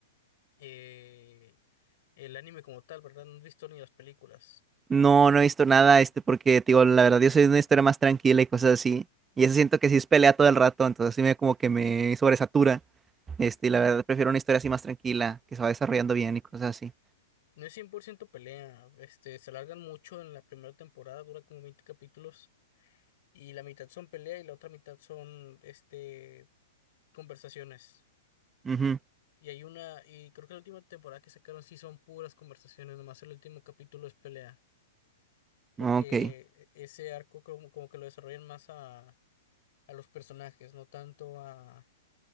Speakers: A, on the left; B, on the right.
A: eh, el anime como tal, ¿verdad? No has visto ni las películas.
B: No, no he visto nada, este, porque, te digo, la verdad, yo soy de una historia más tranquila y cosas así. Y eso siento que sí es pelea todo el rato, entonces sí me como que me sobresatura. Este, y la verdad, prefiero una historia así más tranquila, que se va desarrollando bien y cosas así.
A: No es 100% pelea. Este, se alargan mucho en la primera temporada, dura como 20 capítulos. Y la mitad son pelea y la otra mitad son este conversaciones.
B: Ujú,
A: Y hay una, y creo que la última temporada que sacaron sí son puras conversaciones, nomás el último capítulo es pelea, porque
B: Ok.
A: e- ese arco como, como que lo desarrollan más a, a los personajes, no tanto a,